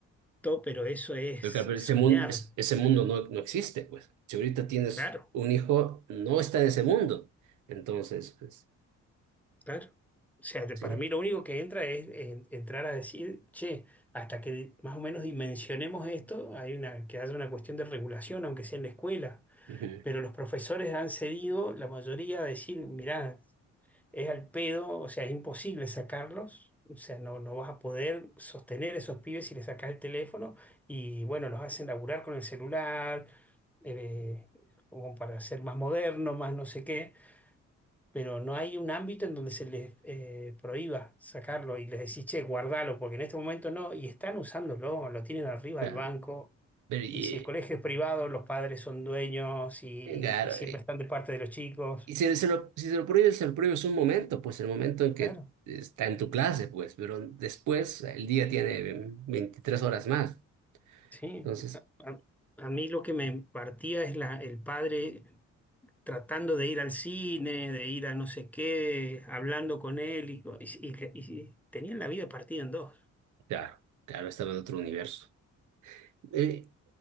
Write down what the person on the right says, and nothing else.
Pero claro, pero
ese mundo, es- ese mundo no, no existe, pues. Si ahorita tienes
un hijo, no está en ese mundo. Entonces, pues,
sí,
Ujú.
claro.
Pero, y,
eh, claro,
y
y si se lo, si se lo prohíbes, se lo prohíbes un momento, pues el momento en que
está en tu clase, pues, pero después el día tiene 23 horas más.
Entonces,
claro, claro, estaba en otro universo. eh,